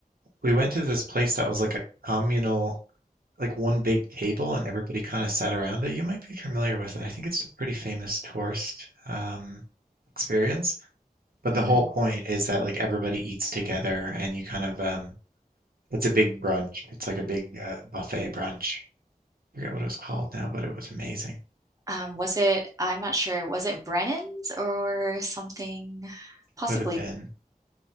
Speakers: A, on the right; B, on the right.
A: we went to this place that was like a communal like one big table and everybody kind of sat around it. You might be familiar with it. I think it's a pretty famous tourist um, experience. But
B: hmm
A: the whole point is that like everybody eats together and you kind of um, it's a big brunch. It's like a big uh, buffet brunch. I forget what it was called now, but it was amazing.
B: Um, was it? I'm not sure. Was it Brennan's or something? Possibly.
A: Could have been.